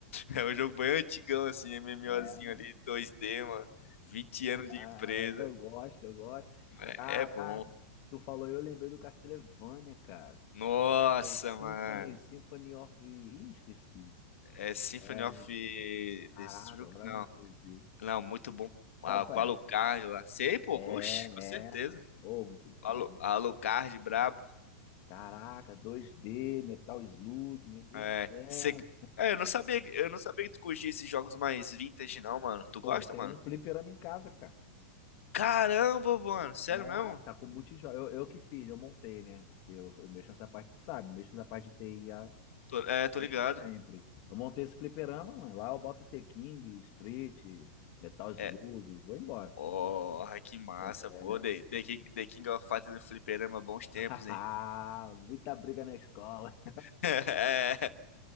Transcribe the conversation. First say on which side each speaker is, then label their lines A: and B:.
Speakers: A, on the left; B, on the left.
A: É um jogo bem antigão, assim, MMOzinho
B: É, mano.
A: ali, dois d mano. vinte anos
B: Ah,
A: de empresa.
B: mas eu gosto, eu gosto.
A: É
B: Caraca!
A: é bom.
B: Tu falou, eu lembrei do Castlevania, cara.
A: Nossa,
B: É o Symphony,
A: mano.
B: Symphony of... Ih, esqueci.
A: É Symphony
B: É,
A: of
B: Caraca,
A: Destruct,
B: agora
A: não.
B: me fugiu.
A: Não, muito bom.
B: Sabe
A: Ah,
B: qual
A: com Alucard
B: é?
A: lá. Sei, pô.
B: É,
A: Oxe, com certeza.
B: é. Oh, muito bom.
A: Alu, Alucard, brabo.
B: Caraca, 2D, Metal Slug, meu Deus
A: É,
B: do céu.
A: cê- é, eu não sabia, que- eu não sabia que tu curtia esses jogos mais vintage, não, mano. Tu gosta,
B: Pô, tem
A: mano?
B: um fliperama em casa, cara.
A: Caramba, mano. Sério
B: É, ah,
A: mesmo?
B: tá com multijogo. Eu, eu que fiz, eu montei, né? Que eu, eu mexo nessa parte, tu sabe, mexo nessa parte de TI a-
A: Tô- é, tô
B: desde
A: ligado.
B: sempre. Eu montei esse fliperama, mano. Lá eu boto The King, Street, Metal Slug,
A: É,
B: vou embora.
A: oh, que massa,
B: É.
A: pô. The, The King, The King of Fighters no fliperama, bons tempos,
B: <laughs>
A: hein?
B: Muita briga na escola.
A: <laughs> É.